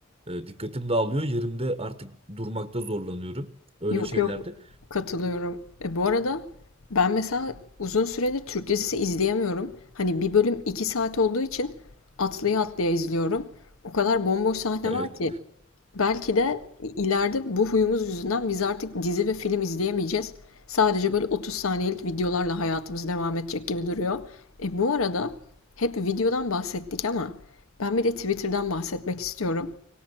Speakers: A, on the right; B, on the left.
A: Ee, dikkatim dağılıyor. Yerimde artık durmakta zorlanıyorum. Öyle
B: Yok
A: şeylerde.
B: yok katılıyorum. E, bu arada ben mesela uzun süredir Türk dizisi izleyemiyorum. Hani bir bölüm iki saat olduğu için atlaya atlaya izliyorum. O kadar bomboş sahne
A: Evet.
B: var ki. Belki de ileride bu huyumuz yüzünden biz artık dizi ve film izleyemeyeceğiz. Sadece böyle 30 saniyelik videolarla hayatımız devam edecek gibi duruyor. E, bu arada hep videodan bahsettik ama ben bir de Twitter'dan bahsetmek istiyorum.